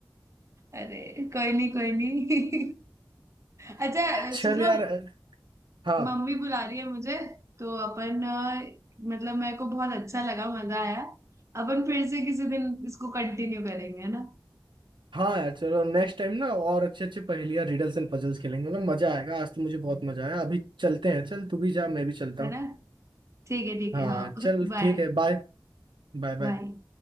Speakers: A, on the right; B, on the right.
A: अरे कोई नहीं कोई नहीं अच्छा अ,
B: चल
A: सुनो
B: यार हाँ
A: मम्मी बुला रही है मुझे तो अपन अ, मतलब मेरे को बहुत अच्छा लगा मजा आया अपन फिर से किसी दिन इसको कंटिन्यू करेंगे है ना
B: हाँ यार चलो नेक्स्ट टाइम ना और अच्छे अच्छे पहेलियां रिडल्स एंड पजल्स खेलेंगे ना मजा आएगा आज तो मुझे बहुत
A: हम्म।
B: मजा आया अभी चलते हैं चल तू भी जा मैं भी चलता
A: है
B: हूँ
A: ना ठीक है ठीक
B: हाँ
A: है हाँ
B: चल
A: <laughs> बाय
B: ठीक है बाय Bye bye
A: बाय